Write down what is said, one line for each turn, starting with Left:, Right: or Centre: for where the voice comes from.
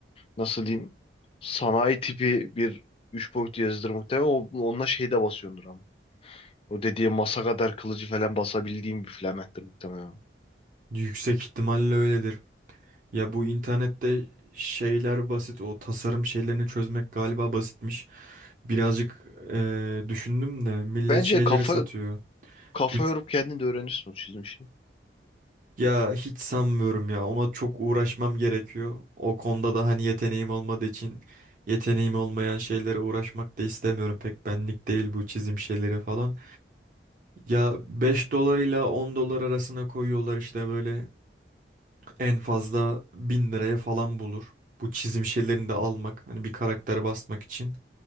Left: nasıl diyeyim sanayi tipi bir üç boyutlu yazıdır muhtemelen. O, onunla şeyde basıyordur ama. O dediği masa kadar kılıcı falan basabildiğim bir flamettir muhtemelen.
Right: Yüksek ihtimalle öyledir. Ya bu internette şeyler basit. O tasarım şeylerini çözmek galiba basitmiş. Birazcık eee, düşündüm de millet
Left: Bence
Right: şeyleri
Left: kafa
Right: satıyor.
Left: kafa
Right: Üç,
Left: yorup kendin de öğrenirsin o çizmişi.
Right: ya hiç sanmıyorum ya. Ona çok uğraşmam gerekiyor. O konuda da hani yeteneğim olmadığı için yeteneğim olmayan şeylere uğraşmak da istemiyorum. Pek benlik değil bu çizim şeyleri falan. Ya 5 dolar ile 10 dolar arasına koyuyorlar işte böyle en fazla 1000 liraya falan bulur. Bu çizim şeylerini de almak hani bir karakter basmak için.